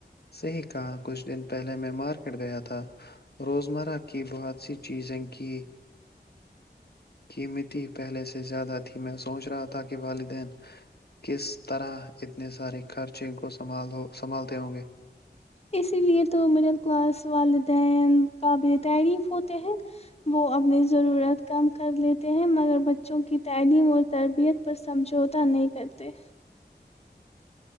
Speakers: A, on the left; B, on the left.
A: صحی کہا کچھ دن پہلے میں مارکیٹ گیا تھا روز مرہ کی بہت سی چیزیں کی قیمتی پہلے سے زیادہ تھی میں سوچ رہا تھا کہ والدین کس طرح اتنے سارے خرچے کو سنبھالتے ہوں گے
B: اسی لیے تو مڈل کلاس والدین کاابل تعریف ہوتے ہیں وہ اپنی ضرورت کم کر لیتے ہیں مگر بچوں کی تعلیم اور تربیت پر سمجھوتاہ نہیں کرتے